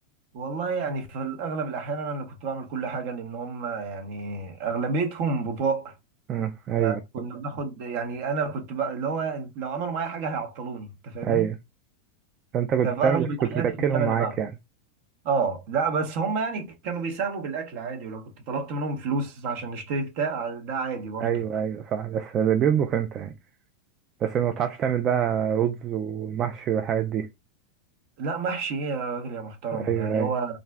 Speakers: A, on the right; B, on the right.
A: والله يعني في الأغلب الأحيان أنا اللي كنت بعمل كل حاجة لأن هم يعني أغلبيتهم بطاء
B: اه ايوه
A: فكنا بناخد يعني أنا كنت بقى اللي هو لو عملوا معايا حاجة هيعطلوني أنت فاهمني؟
B: ايوه فانت كنت
A: ففي
B: بتعمل
A: أغلب
B: بس
A: الأحيان
B: كنت بتاكلهم
A: كنت أنا اللي
B: معاك
A: بعمل
B: يعني
A: أه لا بس هم يعني كانوا بيساهموا بالأكل عادي ولو كنت طلبت منهم فلوس عشان نشتري بتاع ده عادي برضه
B: ايوه ايوه صح بس اللي بيطبخ انت يعني بس ما بتعرفش تعمل بقى رز ومحشي والحاجات دي
A: لا محشي ايه يا راجل يا محترم
B: ايوه
A: يعني
B: ايوه
A: هو